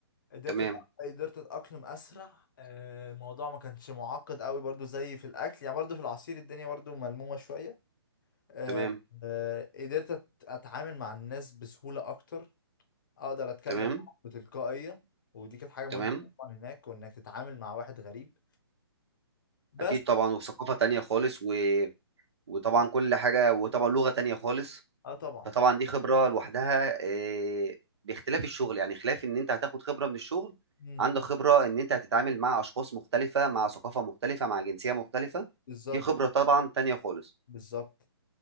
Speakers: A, on the left (about 50°); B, on the right (about 80°).
A: قدرت
B: تمام
A: أت- قدرت اتاقلم اسرع آه، الموضوع ما كانش معقد قوي برضو زي في الاكل يعني برضو في العصير الدنيا برضو ملمومه شويه آه،
B: تمام
A: آه، قدرت أت- اتعامل مع الناس بسهوله اكتر اقدر اتكلم
B: تمام
A: معاهم بتلقائيه ودي كانت حاجه مهمه
B: تمام
A: طبعا هناك وانك تتعامل مع واحد غريب بس
B: أكيد طبعا وثقافة تانية خالص و وطبعا
A: اه
B: كل حاجة وطبعا لغة تانية خالص
A: آه طبعا
B: فطبعا دي خبرة لوحدها آه، باختلاف الشغل يعني خلاف ان انت هتاخد خبرة من الشغل
A: مم.
B: عندك خبرة ان انت هتتعامل مع اشخاص مختلفة مع ثقافة مختلفة مع جنسية مختلفة
A: بالظبط
B: دي خبرة طبعا تانية خالص
A: بالظبط